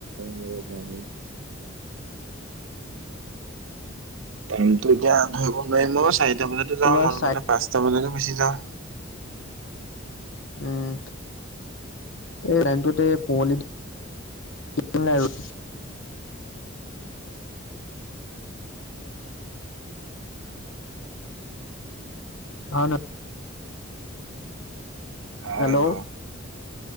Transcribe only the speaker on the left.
তোমাৰ
চাই
উম। এই লাইনটোত এই পুঁৱালী তোমাৰ <unintelligible> অন
হেল্ল'